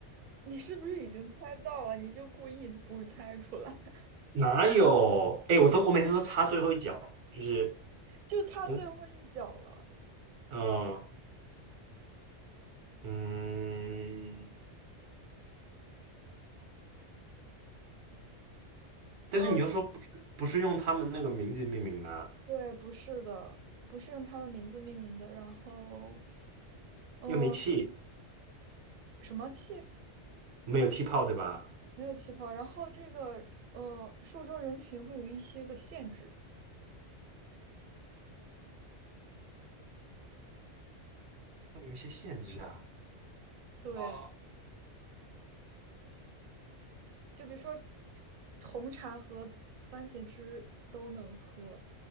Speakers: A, on the right (about 55°); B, on the right (about 85°).
A: 你是不是已经猜到了？你就故意不猜出来，<laughs>
B: 哪有？哎，我都我每天都插最后一脚，就是。
A: 就差最后一脚了。
B: 真。嗯嗯，但是你又说不是不是用他们那个名字命名的啊，
A: 哦，对，不是的，不是用他们名字命名的。然后，嗯、
B: 又没气，
A: 什么气？
B: 没有气泡，对吧？
A: 没有气泡。然后这个呃，受众人群会有一些的限制。
B: 有一些限制啊。
A: 对，
B: 哦，
A: 就比如说红茶和番茄汁都能喝。